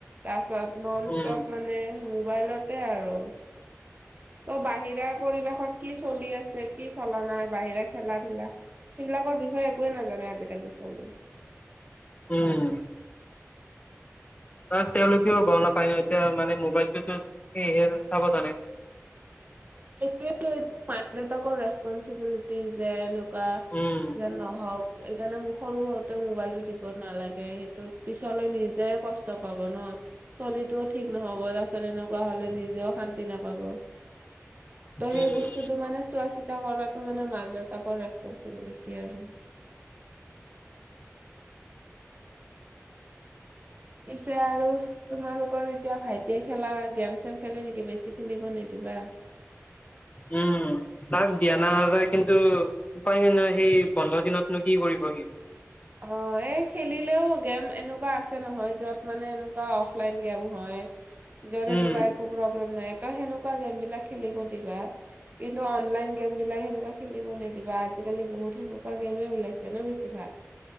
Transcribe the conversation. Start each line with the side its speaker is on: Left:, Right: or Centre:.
Right: তাৰপিছত ন'ন
Left: উম,
Right: ষ্টপ মানে মোবাইলতে আৰু। ত' বাহিৰাৰ পৰিৱেশত কি চলি আছে কি চলা নাই, বাহিৰে খেলা-ধূলা সেইবিলাকৰ বিষয়ে একোৱে নাজানে আজি আজোকালিৰ চলি।
Left: উম। অহ, তেওঁলোকেও গম নাপায় ন' এতিয়া মানে মোবাইলটোতো চাব জানে।
Right: সেইটোৱেইটো মাক-দেউতাকৰ ৰেচ ৰেচপন চিবিলিটি যে এনেকুৱা
Left: উম,
Right: যে নহওঁক। এইকাৰণতে মোক সৰু সৰুতে মোবাইলটো চাব নালাগে সেইটো পিছলৈ নিজে কষ্ট পাব ন'। চলিটোও ঠিক নহ'ব তাৰপিছত এনেকুৱা হ'লে নিজেও শান্তি নাপাব। ত' সেই
Left: উম,
Right: বস্তুতটো মানে চোৱা চিতা কৰাতো মানে মাক-দেউতাকৰ ৰেচপনচিবিলিটি আৰু। <unintelligible> পিছে আৰু তোমালোকৰ এতিয়া ভাইটিয়ে খেলা গেম-চেম খেলি নেকি, বেছি খেলিব নিদিবা। কিবা।
Left: উম তাক দিয়া নাাযায় কিন্তু পায় ন নয় সেই বন্ধ দিনতনো কি কৰিব বহি
Right: অ এই খেলিলেও গেম এনেকুৱা আছে নহয় যত মানে এনেকুৱা অফলাইন গেম হয়। যত সেনেকুৱা
Left: উম,
Right: একো প্ৰব্লেম নাই ত সেনেকুৱা গেম বিলাক খেলিব দিবা কিন্তু অনলাইন গেম বিলাক সেনেকুৱা খেলিব নিদিবা আজিকালি বহুত তেনেকুৱা গেমে ওলাইছে ন বেছি ভাগ।